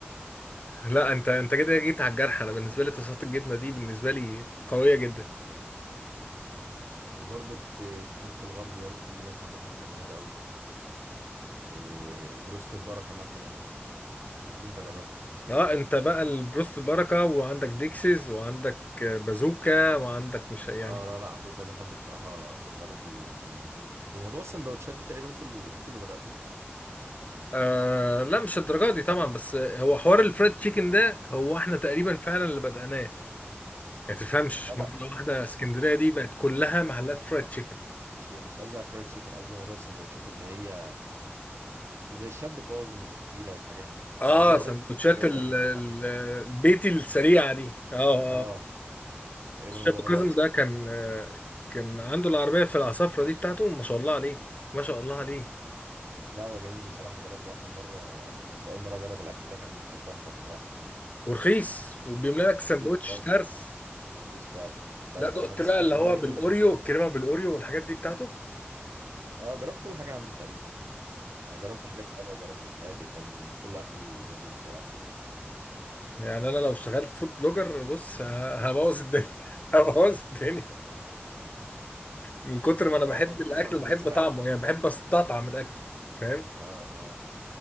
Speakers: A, on the left; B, on the right.
A: لا انت انت كده جيت على الجرح انا بالنسبة لي طاسات الجبنة دي بالنسبة لي قوية جدا
B: لا لا وبرضه في في حته الغربي برضه في ناس عندكم متميزه قوي إيه، بروست البركه مثلا اكيد انت جربته
A: اه انت بقى البروست بركة وعندك ديكسيز وعندك بازوكا وعندك مش يعني
B: اه لا لا مم. عندكم كذا حد بصراحه في الغربي متميزين وموضوع السندوتشات ده تقريبا انتوا اللي انتوا اللي بداتوه
A: آه لا مش الدرجه دي طبعا بس هو حوار الفريد تشيكن ده هو احنا تقريبا فعلا اللي بدأناه ما تفهمش
B: لا
A: مرة
B: لا
A: واحدة
B: مش
A: اسكندرية دي بقت كلها محلات فريد تشيكن
B: مش مش قصدي على الفرايد تشيكن قصدي موضوع السندوتشات اللي هي زي الشاب كاظم وتفويله والحاجات دي
A: اه
B: الموضوع ده
A: سندوتشات
B: بدا في اسكندريه
A: ال-
B: تقريبا
A: ال-
B: صح؟
A: البيتي السريعة دي اه
B: اه
A: اه
B: تقريبا
A: الشاب
B: الموضوع ده
A: كاظم
B: بدا في اسكندريه
A: ده كان آه، كان عنده العربية في العصافرة دي بتاعته ما شاء الله عليه ما شاء الله عليه
B: لا هو جميل بصراحه جربته اخر مره كنت اول مره اجرب الاكل ده كان كان تحفه بصراحه
A: ورخيص وبيملى لك سندوتش
B: رخيص اه
A: ترس
B: رخيص فعلا ب
A: لا دقت
B: 50
A: بقى اللي
B: جنيه
A: هو بالاوريو الكريمة بالاوريو والحاجات دي بتاعته
B: اه جربت كل حاجه عنده تقريبا يعني جربت حاجات حلوة جربت الحادق كان كل أكله جميل بصراحة
A: يعني انا لو اشتغلت فود بلوجر بص ه- هبوظ الدنيا <laughs> هبوظ الدنيا من كتر ما انا بحب
B: بقى قلت
A: الاكل
B: لي عندكم
A: وبحب
B: تساعد
A: طعمه يعني بحب استطعم الاكل فاهم
B: اه اه